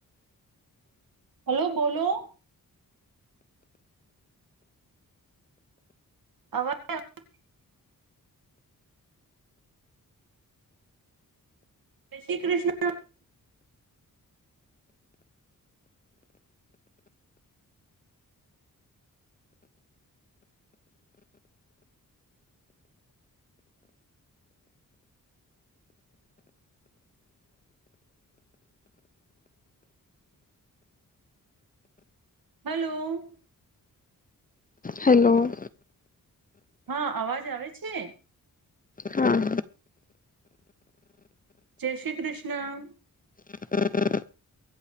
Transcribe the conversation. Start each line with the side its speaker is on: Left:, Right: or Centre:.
Right: હલો બોલો અવા <unintelligible> જે શ્રી કૃષ્ણ. હલો.
Left: હલો.
Right: હા અવાજ આવે છે?
Left: હા.
Right: જય શ્રી કૃષ્ણ.
Left: <unintelligible>